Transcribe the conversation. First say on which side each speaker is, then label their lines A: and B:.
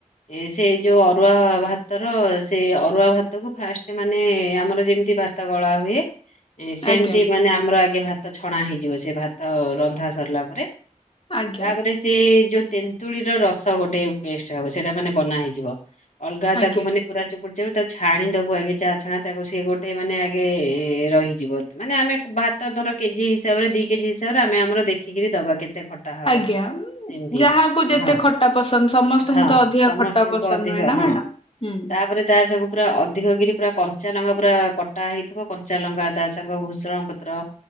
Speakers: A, on the left; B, on the left.
A: ଏ ସେ ଯଉ ଅରୁଆ ଭାତର ସେ ଅରୁଆ ଭାତ କୁ ଫାଷ୍ଟ ମାନେ ଆମର ଯେମିତି ଭାତ ଗଳା ହୁଏ । ସେମତି
B: ଆଜ୍ଞା
A: ମାନେ ଆମର ଆଗେ ଭାତ ଛଣା ହେଇଯିବ ସେ ଭାତ ଅ ରନ୍ଧା ସରିଲା ପରେ ।
B: ଆଜ୍ଞା
A: ତାପରେ ସେ ଯୋ ତେନ୍ତୁଳି ର ରସ ଗୋଟେ ପେଷ୍ଟ ହବ ସେଇଟା ମାନେ ବନା ହେଇଯିବ । ଅଲଗା
B: ଆଜ୍ଞା
A: ତାକୁ ମାନେ ପୁରା ଚୋ ଯଉ ତାକୁ ଛାଣି ଦବୁ ଆଗେ ଚା ଛଣା ତାକୁ ସିଏ ଗୋଟେ ମାନେ ଆଗେ ଏ ଏ ରହିଯିବ ମାନେ ଆମେ ଭାତ ଧର କେଜି ହିସାବରେ ଦି କେଜି ହିସ୍ ରେ ଆମେ ଆମର ଦେଖିକି ଦବା କେ ତେ ଖଟା ହବ
B: ଆଜ୍ଞା।
A: ସେମିତି
B: ଯାହାକୁ ଯେତେ
A: ହଁ
B: ଖଟା ପସନ୍ଦ ସମସ୍ତଙ୍କୁ
A: ହଁ
B: ତ ଅଧିକା
A: ସମସ୍ତଙ୍କୁ
B: ଖଟା ପସନ୍ଦ
A: ଅଧିକ
B: ନୁହେଁ ନା
A: ହଁ
B: ମ୍ୟାଡାମ। ହୁଁ
A: ତାପରେ ତା ସବୁ ପୁରା ଅଧିକ କରି ପୁରା କଞ୍ଚା ଲଙ୍କା ପୁରା କଟା ହେଇଥିବ କଞ୍ଚା ଲଙ୍କା ତା ସାଙ୍ଗ ଭୂଷଣ ପତ୍ର